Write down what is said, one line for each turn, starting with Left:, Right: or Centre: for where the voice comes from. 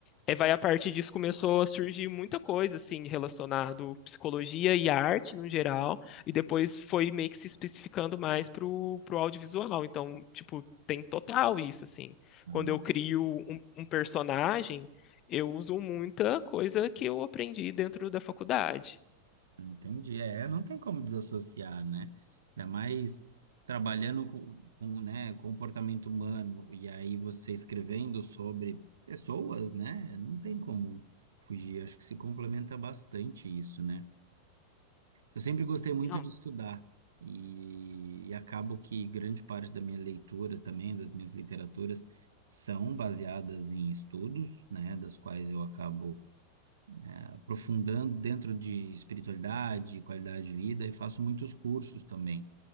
Left: É, vai a partir disso começou a surgir muita coisa assim relacionado psicologia e arte no geral, e depois foi meio que se especificando mais pro pro audiovisual. Então, tipo, tem total isso assim.
Right: Ah,
Left: Quando eu crio um, um personagem, eu uso muita coisa que eu aprendi dentro da faculdade.
Right: Entendi. É, não tem como desassociar, né? Ainda mais trabalhando com, com, né, comportamento humano e aí você escrevendo sobre pessoas, né? Não tem como fugir. Acho que se complementa bastante isso, né? Eu sempre gostei muito
Left: Não,
Right: de estudar e, e acabo que grande parte da minha leitura também, das minhas literaturas, são baseadas em estudos, né? Das quais eu acabo aprofundando dentro de espiritualidade, qualidade de vida e faço muitos cursos também,